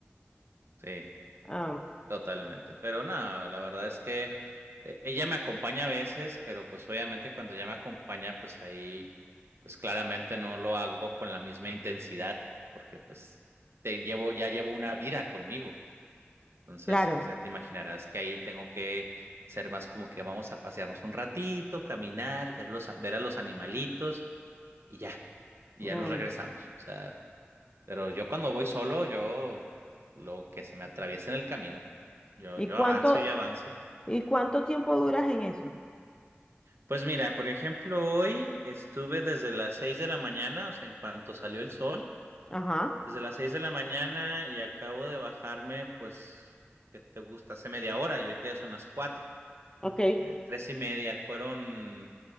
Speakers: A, on the right; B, on the left.
A: sí,
B: Ah,
A: totalmente. Pero no, la verdad es que eh, ella me acompaña a veces, pero pues obviamente cuando ella me acompaña, pues ahí, pues claramente no lo hago con la misma intensidad, porque pues te llevo, ya llevo una vida conmigo. Entonces,
B: claro.
A: pues ya te imaginarás que ahí tengo que ser más como que vamos a pasearnos un ratito, caminar, ver los, a- ver a los animalitos y ya, y
B: Mm.
A: ya nos regresamos. O sea, pero yo cuando voy solo, yo lo que se me atraviesa en el camino, yo,
B: ¿Y
A: yo
B: cuánto,
A: avanzo y avanzo.
B: y cuánto tiempo duras en eso?
A: Pues mira, por ejemplo, hoy estuve desde las 6 de la mañana, o sea, en cuanto salió el sol,
B: Ajá,
A: desde las 6 de la mañana y acabo de bajarme, pues, ¿qué te gusta? Hace media hora y ahorita ya son las cuatro
B: ok.
A: Eh, tres y media, fueron